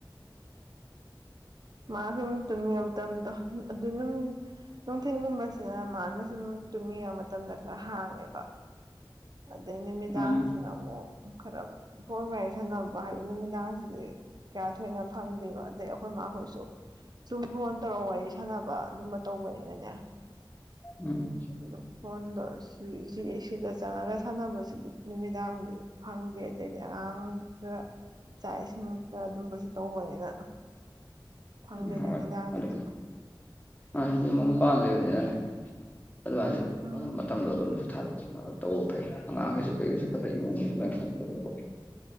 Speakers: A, on the right (about 55°); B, on the left (about 20°).
A: ꯃꯥ ꯁꯨꯝ ꯇꯨꯝꯅꯤꯉ ꯃꯇꯝꯗꯣ ꯑꯗꯗꯨꯝ ꯅꯨꯡꯊꯤꯟꯒꯨꯝꯕꯁꯦ ꯃꯥꯅ ꯁꯨꯝ ꯇꯨꯝꯅꯤꯌ ꯃꯇꯝꯗ ꯈꯔ ꯍꯥꯡꯉꯦꯕ ꯑꯗꯩ ꯅꯨꯃꯤꯗꯥꯡꯁꯤꯅ
B: ꯎꯝ
A: ꯑꯃꯨꯛ ꯈꯔ ꯐꯣꯟ ꯋꯥꫪꯤ ꯁꯥꯟꯅꯕ ꯍꯥꯏꯕ ꯅꯨꯃꯤꯗꯥꯡꯁꯤꯗꯤ ꯀꯌꯥ ꯊꯣꯏꯅ ꯐꯪꯗꯦꯕ ꯑꯗꯩ ꯑꯩꯈꯣꯏ ꯃꯥ ꯍꫭꯏ ꯆꯨ ꯁꯨꯝ ꯐꯣꯟ ꯇꯧꯔ ꯋꯥꯔꯤ ꯁꯥꯟꯅꯕ ꯑꯗꯨꯝꯕ ꯇꯧꯕꯅꯤꯅꯅꯦ
B: ꯎꯝ
A: ꯑꯗꯨ ꯐꯣꯟꯗꯣ ꯁꯤ ꯁꯤ ꯁꯤꯗ ꯆꯪꯉꯒ ꯁꯥꯟꯅꯕꯁꯤꯗꯤ ꯅꯨꯃꯤꯗꯥꯡꯗꯤ ꯐꯪꯗꯦ ꯑꯗꯩꯗꯤ ꯑꯉꯥꯡ ꯥꯑꯪ ꯈꯔ ꯆꯥꯛ ꯏꯁꯤꯡ ꯈꯔ ꯑꯗꯨꯝꯕꯁꯤ ꯇꯧꯕꯅꯤꯅ ꯐꯪꯗꯦ
B: ꯎꯝ ꯍꯣꯏ
A: ꯅꯨꯃꯤꯗꯥꯡꯗꯗꯤ
B: ꯑꯗꯨ ꯑ ꯌꯨꯝ ꯑꯃ ꯄꯜ ꯂꯤꯕꯅꯤꯅꯅꯦ ꯑꯗꯨꯀꯥꯟꯁꯨ
A: ꯎꯝ
B: ꯑꯝ ꯃꯇꯝꯗꯣ ꯑꯗꫭꯝꯗ ꯆꯤꯊꯕ ꯇꯨꯝꯅ ꯇꯧꯕ ꯐꯩ ꯑꯉꯥꯡꯒꯤꯁꯨ ꯀꯩꯒꯤꯁꯨ ꯈꯒ ꯌꯦꯡꯉꯨ ꯅꫭꯏꯕꫭꯂꯥꯏꯄ ꯆꯥꯟꯕꯤꯗꯔꯕ ꯅꫭꯏꯕꫭ